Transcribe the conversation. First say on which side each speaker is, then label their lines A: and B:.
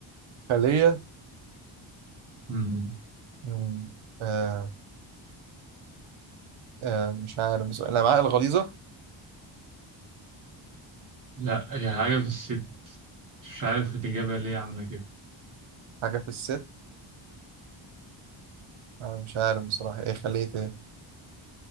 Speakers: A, on the right; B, on the right.
A: خلية
B: مم.
A: مم. آه آه مش عارف بصراحة الأمعاء الغليظة
B: لا هي حاجة في الست مش عارف الاجابة ليه عاملة كده
A: حاجة في الست أنا مش عارف بصراحة إيه خلية إيه؟